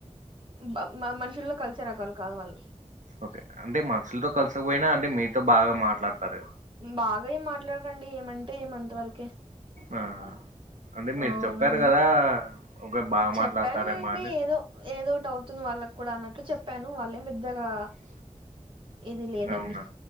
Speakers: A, on the right (about 40°); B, on the right (about 75°).
A: బా మ మ మనుషుల్లో కలిసే రకాలు కాదు వాళ్ళు
B: ఓకే అంటే మనుషులతో కలిసికపోయినా అంటే మీతో బాగా మాట్లాడతారు
A: మ్మ్ బాగా ఏం మాట్లారండి ఏమంటే ఎం అంత వరకే
B: ఆ అంటే మీరు
A: అవునండి
B: చెప్పారు కదా ఒకే బాగా
A: చెప్పానండి
B: మాట్లాడతారెమో అని
A: ఏదో ఒకటి అవుతుంది వాళ్ళకి కూడా అన్నట్టు చెప్పాను వాళ్ళేం పెద్దగా
B: ఇ
A: ఇది లేదండి
B: క అవునా